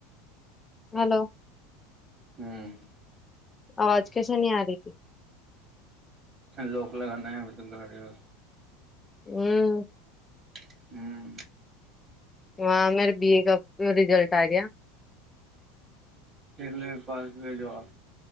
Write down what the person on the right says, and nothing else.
ہوں
لوک لگانا ہے م گاڑی و
ہوں
پھر ل پاس میں جو آ